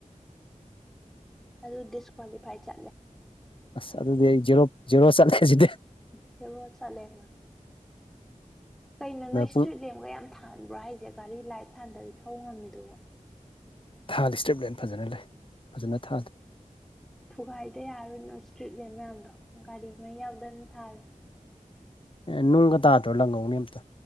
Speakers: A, in the centre; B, on the left.
A: ꯑꯗꯨꯗ ꯎꯗꯁ ꯀ꯭ꯋꯥꯂꯤꯐꯥꯏ ꯆꯦ
B: ꯑꯁ ꯑꯗꯨꯗꯤ ꯑꯩ ꯖꯦꯔꯣ ꯖꯦꯔꯣ ꯆꯠꯂꯦꯁꯤꯗꯤ
A: ꯊꯧꯔ ꯆꯂꯦ ꯃꯥ ꯀꯩꯅꯣ ꯅꯣꯏ ꯏꯁꯇ꯭ꯔꯤꯠ
B: ꯄꯨꯡ
A: ꯂꯦꯝꯒ ꯌꯥꯝ ꯊꯥꯟꯕ꯭ꯔꯣ ꯍꯥꯏꯁꯦ ꯒꯥꯔꯤ ꯂꯥꯏꯠ ꯊꯥꯟꯗꯕꯤ ꯊꯧꯕ ꯉꯝꯃꯤꯗꯨꯕꯨ
B: ꯊꯥꯜꯂꯤ ꯏꯁꯇ꯭ꯔꯤꯞ ꯂꯦꯟ ꯐꯖꯅ ꯂꯩ ꯐꯖꯅ ꯊꯥꯜꯂꯤ
A: ꯊꯨꯒꯥꯏꯗ ꯌꯥꯔꯣꯏꯅꯣ ꯏꯁꯇ꯭ꯔꯤꯠꯂ ꯃꯌꯥꯝꯗꯣ ꯒꯥꯔꯤꯉꯩ ꯌꯥꯎꯗꯅ ꯊꯥꯔ
B: ꯑꯦ ꯅꯨꯡꯒ ꯇꯥꯗ꯭ꯔꯣ ꯂꯪꯍꯧꯅꯤ ꯑꯝꯇ